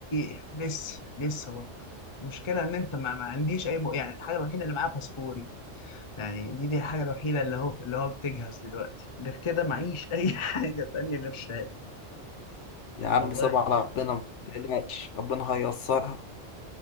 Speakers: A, on the left; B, on the left.
A: يعني لسه لسه برضه المشكلة إن أنت ما, ما عنديش أي م... يعني الحاجة الوحيدة اللي معايا باسبوري يعني دي دي الحاجة الوحيدة اللي هو اللي هو بتجهز دلوقتي غير كده معيش أي <laughs> حاجة تانية غير شهادة
B: يا عم
A: والله
B: سيب على ربنا ما تقلقش ربنا هييسرها